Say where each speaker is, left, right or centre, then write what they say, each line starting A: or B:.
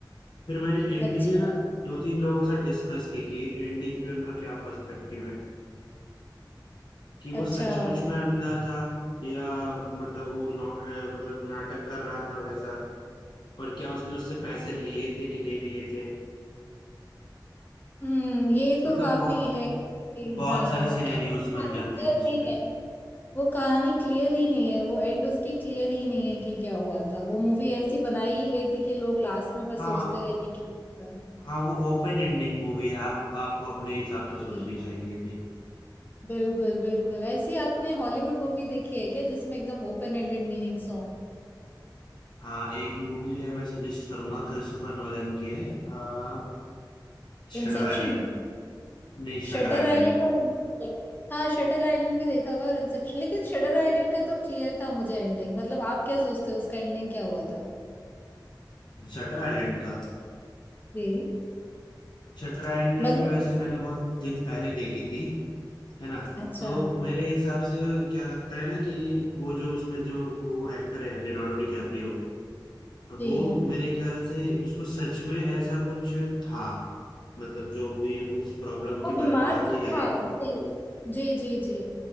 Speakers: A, on the left; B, on the left.
A: फिर मैंने एंडिंग
B: अच्छा
A: है ना दो तीन लोगों के साथ डिस्कस की कि एंडिंग पे उनका क्या पर्सपेक्टिव है कि
B: अच्छा
A: वो सचमुच में अंधा था या मतलब वो नौ- अ, मतलब नाटक कर रहा था वैसा और क्या उसने उससे पैसे लिए थे कि नहीं लिए थे
B: हम्म ये तो
A: मतलब
B: काफी
A: बहुत
B: है कि
A: बहुत
B: हाँ
A: सारे सिनेरियोज
B: क्योंकि कहानी
A: बन जाते
B: क्लियर
A: हैं उसपे
B: नहीं है वो कहानी क्लियर ही नहीं है वो एंड उसकी क्लियर ही नहीं है कि क्या हुआ था वो मूवी ऐसी बनाई ही गई थी कि लोग लास्ट में बस
A: हाँ
B: सोचते रहे कि क्या हुआ
A: हाँ वो ओपन एंडिंग मूवी है आप आपको अपने हिसाब से सोचनी
B: था।
A: चाहिए थी
B: बिल्कुल बिल्कुल ऐसी आपने हॉलीवुड मूवी देखी है क्या जिसमें एकदम ओपन एंडेड मीनिंग्स हो
A: हाँ एक मूवी है मैं सजेस्ट करूंगा क्रिस्टोफर नोलन की है आ, शटर
B: इंसेप्शन
A: आइलैंड नहीं
B: शटर
A: शटर आइलैंड
B: आइलैंड और Inception। हाँ शटर आइलैंड भी देखा हुआ और इंसेप्शन लेकिन शटर आइलैंड का तो क्लियर था मुझे एंडिंग मतलब आप क्या सोचते हो उसका एंडिंग क्या हुआ था
A: शटर आइलैंड का
B: जी
A: शटर आइलैंड
B: मतलब
A: वैसे मैंने बहुत दिन पहले देखी थी है ना
B: अच्छा
A: तो मेरे हिसाब से क्या लगता है ना कि वो जो उसमें जो वो एक्टर है लियोनार्डो डिकैप्रियो
B: जी
A: वो मेरे ख्याल से उसको सच में ऐसा कुछ था मतलब जो भी उस प्रॉब्लम
B: वो
A: के
B: बीमार
A: बारे में बात
B: तो
A: की जा रही
B: था
A: है
B: जी जी जी